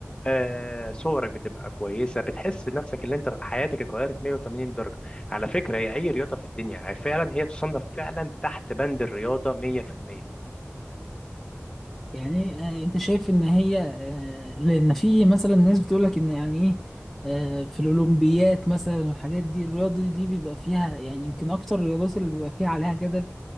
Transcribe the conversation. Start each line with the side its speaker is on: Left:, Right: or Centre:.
Left: آه، صورك بتبقى كويسه بتحس نفسك اللي انت حياتك اتغيرت 180 درجه على فكره هي اي رياضه في الدنيا فعلا هي تصنف فعلا تحت بند الرياضه 100%
Centre: يعني آه، انت شايف ان هي آه، لان في مثلا ناس بتقولك ان يعني ايه آه، في الاولمبيات مثلا والحاجات دي الرياضه دي بيبقى فيها يعني يمكن اكتر الرياضات اللي بيبقى فيها عليها جدل